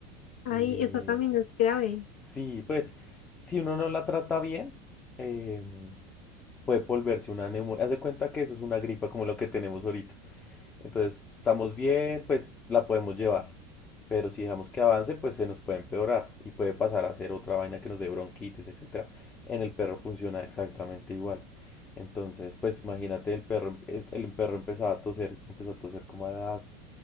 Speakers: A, on the left; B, on the left.
A: ahí
B: Y
A: eso también es grave.
B: sí, pues si uno no la trata bien, em, puede volverse una neumonía. Haz de cuenta que eso es una gripa como lo que tenemos ahorita. Entonces, estamos bien, pues la podemos llevar. Pero si dejamos que avance, pues se nos puede empeorar y puede pasar a ser otra vaina que nos dé bronquitis, etcétera. En el perro funciona exactamente igual. Entonces, pues imagínate, el perro, em- el, el perro empezaba a toser, empezó a toser como a las